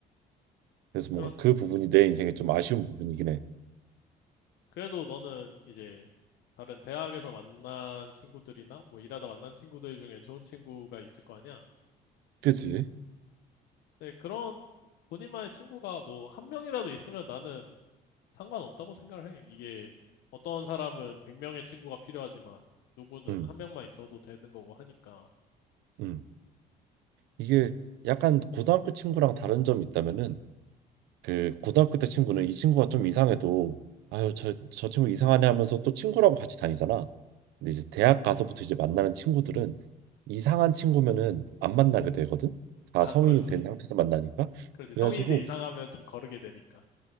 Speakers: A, on the right; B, on the left.
A: 그래서
B: 그러,
A: 뭔가 그 부분이 내 인생에 좀 아쉬운 부분이긴 해.
B: 그래도 너는 이제 다른 대학에서 만난 친구들이나 뭐 일하다 만난 친구들 중에 좋은 친구가 있을 거 아니야?
A: 그지?
B: 근데 그런 본인만의 친구가 뭐 한 명이라도 있으면 나는 상관없다고 생각을 해. 이게 어떤 사람은 100명의 친구가 필요하지만 누구는
A: 음,
B: 한 명만 있어도 되는 거고 하니까.
A: 음. 이게 약간 고등학교 친구랑 다른 점이 있다면은 그 고등학교 때 친구는 이 친구가 좀 이상해도 아유 저 저 친구 이상하네 하면서 또 친구라고 같이 다니잖아. 근데 이제 대학 가서부터 이제 만나는 친구들은 이상한 친구면은 안 만나게 되거든. 다
B: 아,
A: 성인이
B: 그렇지.
A: 된 상태에서 만나니까.
B: 그렇지.
A: 그래가지고
B: 성인인데 이상하면 좀 거르게 되니까.